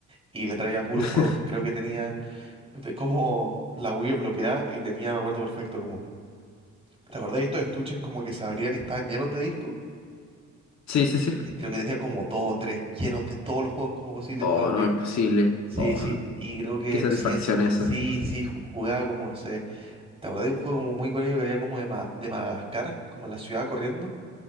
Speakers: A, on the right; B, on the left.
A: y le traía puros
B: <laughs>
A: juegos, creo que tenía de- como la Wii bloqueada y tenía, me acuerdo perfecto, como, ¿te acordáis de estos estuches como que se abrían y estaban llenos de discos?
B: Sí, sí, sí.
A: Sí, creo que tenía como dos o tres llenos de todos los juegos como posibles
B: Oh,
A: para el Wii.
B: no, imposible.
A: Sí,
B: Oh.
A: sí, y creo que,
B: Qué satisfacción
A: no sé,
B: eso.
A: sí, sí, ju- jugaba como, no sé. ¿Te acordás de un juego como muy icónico que había como de, Ma- de Madagascar, como en la ciudad corriendo?